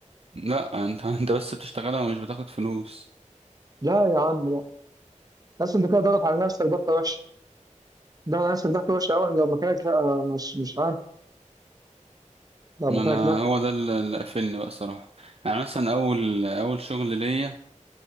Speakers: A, on the right (about 50°); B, on the right (about 30°).
A: لا انت <laughs> انت بس بتشتغلها ومش بتاخد فلوس
B: لا يا عم لا بس انت كده ضغط على نفسك ضغطه وحشه ضغط على نفسك ضغطه وحشه قوي لو مكانك لا مش مش عارف لو
A: ما
B: مكانك
A: انا
B: لا
A: هو ده اللي اللي قفلني بقى صراحة يعني مثلا اول اول شغل ليا